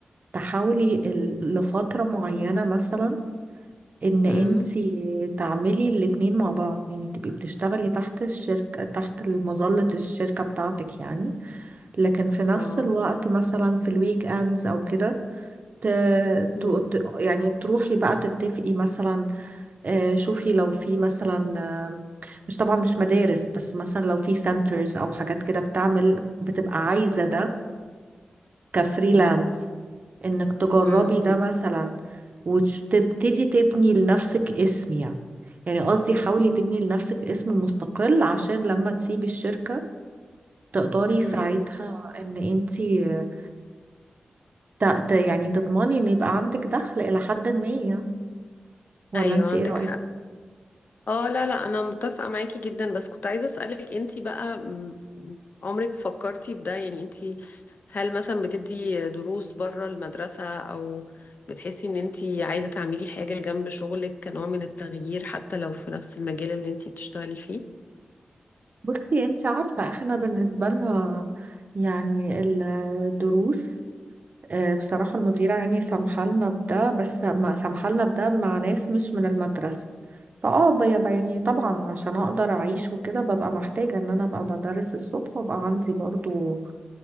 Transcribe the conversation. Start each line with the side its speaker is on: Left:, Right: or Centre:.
Right: تحاولي ال- لفترة معينة مثلا إن
Left: امم
Right: أنتي تعملي الاتنين مع بعض يعني تبقي بتشتغلي تحت الشركة تحت مظلة الشركة بتاعتك يعني لكن في نفس
Left: اه
Right: الوقت مثلا في الويك أندز أو كده ت...
Left: مم.
Right: ت... ت- يعني تروحي بقى تتفقي مثلا آه، شوفي لو في مثلا آه، مش طبعا مش مدارس بس مثلا لو في سنترز او حاجات كده بتعمل بتبقى عايزة ده كفريلانس
Left: مم.
Right: انك تجربي
Left: مم.
Right: ده مثلا وتبتدي تبني لنفسك اسم يعني يعني قصدي حاولي تبني لنفسك اسم مستقل عشان لما تسيبي الشركة تقدري
Left: مم.
Right: ساعتها ان انتي آه، ت- ت- يعني تضمني ان يبقى عندك دخل الى حد ما يعني. ولا
Left: ايوه
Right: انتي
Left: عندك
Right: ايه رأيك؟
Left: حق اه لا لا انا متفقه معاكي جدا بس كنت عايزه اسالك انتي بقى مم، عمرك فكرتي في ده يعني انتي هل مثلا بتدي دروس بره المدرسه او بتحسي ان انتي عايزه تعملي حاجه جنب شغلك كنوع من التغيير حتى لو في نفس المجال اللي انتي بتشتغلي فيه
Right: بصي انت عارفة احنا بالنسبة لنا يعني الدروس آه، بصراحة المديرة يعني سامحة لنا بده بس ما سامحة لنا بده مع ناس مش من المدرسة فاه بيبقى يعني طبعا عشان اقدر اعيش وكده ببقى محتاجة ان انا ابقى بدرس الصبح وابقى عندي برضو